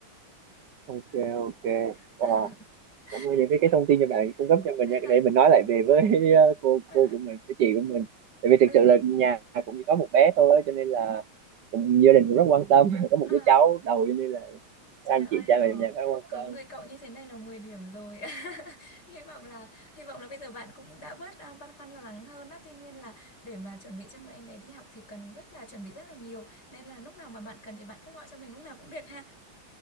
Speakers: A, on the right; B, on the left.
A: ok ok
B: <laughs>
A: wow cảm ơn những cái cái
B: Ờ,
A: thông
B: không
A: tin cho
B: biết
A: bạn cung cấp
B: không
A: cho mình
B: biết
A: nha
B: là
A: để mình nói lại về với <laughs> cô
B: ờ,
A: cô của mình với chị của mình tại vì
B: ờ,
A: thực sự là nhà cũng chỉ có một bé thôi á, cho nên là cũng gia đình cũng rất quan tâm <laughs> có một
B: ờ,
A: đứa cháu đầu cho nên là
B: Trời
A: các anh
B: ơi
A: chị cha
B: có
A: mẹ trong nhà khá quan
B: có
A: tâm
B: người cậu như thế này là 10 điểm rồi. <laughs> Hy vọng là hy vọng là bây giờ bạn cũng đã bớt à, băn khoăn lo lắng hơn á. Tuy nhiên là để mà chuẩn bị cho một em bé đi học thì cần rất là chuẩn bị rất là nhiều. Nên là lúc nào mà bạn cần thì bạn cứ gọi cho mình lúc nào cũng được ha.